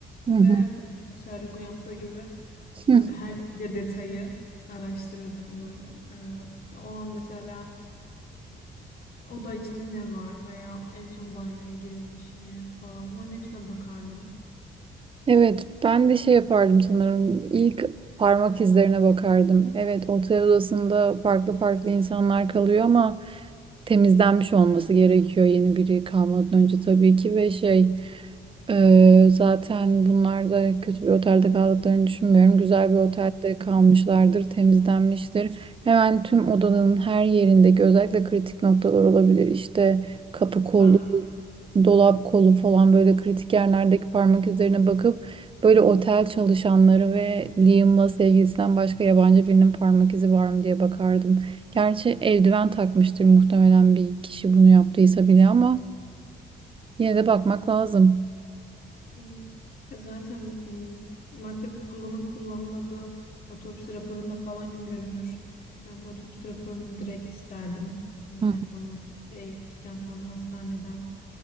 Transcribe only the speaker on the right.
Hı
hı.
Evet, ben de şey yapardım sanırım. İlk parmak izlerine bakardım. Evet, otel odasında farklı farklı insanlar kalıyor ama temizlenmiş olması gerekiyor yeni biri kalmadan önce tabii ki ve şey e, zaten bunlar da kötü bir otelde kaldıklarını düşünmüyorum. Güzel bir otelde kalmışlardır, temizlenmiştir. Hemen tüm odanın her yerindeki özellikle kritik noktalar olabilir. İşte kapı kolu,
dolap kolu falan böyle kritik yerlerdeki parmak izlerine bakıp böyle otel çalışanları ve Liam'la sevgilisinden başka yabancı birinin parmak izi var mı diye bakardım. Gerçi eldiven takmıştır muhtemelen bir kişi bunu yaptıysa bile ama yine de bakmak lazım.
Hı